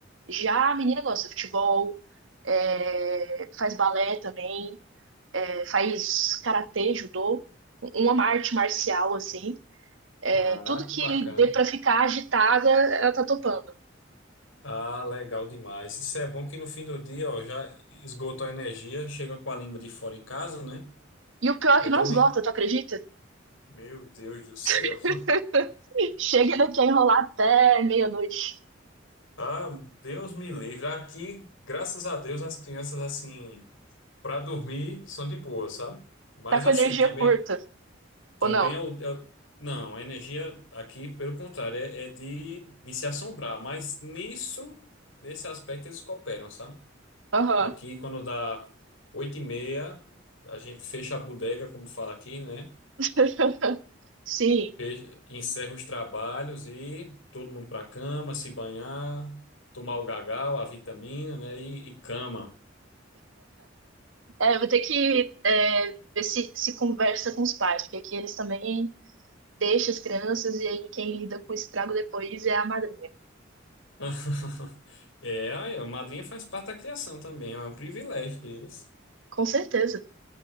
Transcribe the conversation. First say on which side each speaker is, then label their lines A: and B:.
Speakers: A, on the right; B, on the left.
A: Já a menina gosta de futebol, é, faz balé também. É, faz karatê, judô, uma arte marcial, assim. É,
B: Ah,
A: tudo que
B: que bacana.
A: dê pra ficar agitada, ela tá topando.
B: Ah, legal demais. Isso é bom que no fim do dia, ó, já esgotou a energia, chega com a língua de fora em casa, né?
A: E o pior
B: Aí
A: é que
B: dorme.
A: não esgota, tu acredita?
B: Meu Deus do céu.
A: <laughs>
B: <laughs>
A: Chega daqui a enrolar até meia-noite.
B: Ah, Deus me livre. Aqui, graças a Deus, as crianças, assim, para dormir são de boa, sabe? Mas
A: Tá com
B: assim,
A: energia
B: também.
A: curta,
B: Também
A: ou não?
B: é o. é o- não, a energia aqui, pelo contrário, é, é de, de se assombrar, mas nisso, nesse aspecto, eles cooperam, sabe?
A: Aham.
B: Aqui, quando dá oito e meia, a gente fecha a bodega, como fala aqui, né?
A: <laughs> Sim.
B: Fecha- encerra os trabalhos e todo mundo para cama, se banhar, tomar o gagal, a vitamina, né? E, e cama.
A: É, vou ter que é, ver se, se conversa com os pais, porque aqui eles também deixam as crianças e aí quem lida com o estrago depois é a madrinha.
B: <laughs> É, aí a madrinha faz parte da criação também, é um privilégio deles.
A: Com certeza.